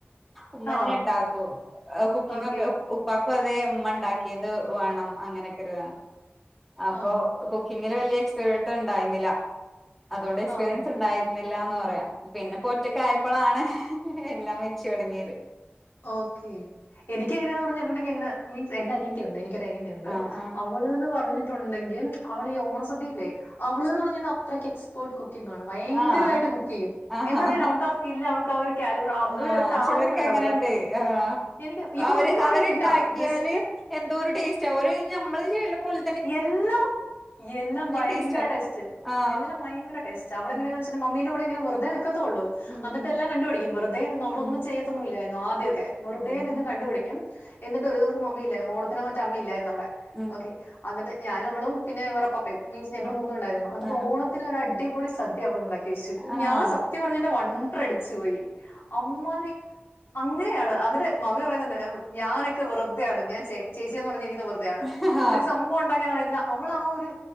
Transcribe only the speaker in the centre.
ഉമ്മന്നെ
ഉണ്ടാക്കോ കുക്കിംഗ്
ഒക്കെ. ഉപ്പാക്കും അതേ ഉന്മ ഉണ്ടാക്കിയത് വേണം അങ്ങനെയൊക്കെ ഒരുതാണ് അപ്പൊ
കു ഇങ്ങനെ വലിയ എക്സ്പിരിഡ് ഉണ്ടായിരുന്നില്ല. അതുകൊണ്ട് എക്സ്പീരിയൻസ്
ഉണ്ട ല്ലന്ന് പറയാ പിന്നെ ഒറ്റക്ക് ആയപ്പോളാണ് എല്ലാം വെച്ച് തുടങ്ങിയത്.
ആഹ്
ആഹ്
ആഹ്
ആഹ്
ആഹ്
ആഹ്
ചിലർക്ക്
അങ്ങനെയുണ്ട്
ആ
അവര് അവരുണ്ടാക്കിയാല്
എന്തോ ഒരു ടേസ്റ്റ് ആ ഒരു ഞമ്മള് ചെള്ള്മ്പോള്
ടേസ്റ്റാ
ആഹ്
ഉം
ഉം
ഉം
ഉം
ഉം
ഉം ഉം
ഉം
ആഹ്
ആഹ്
ഹ ഹാ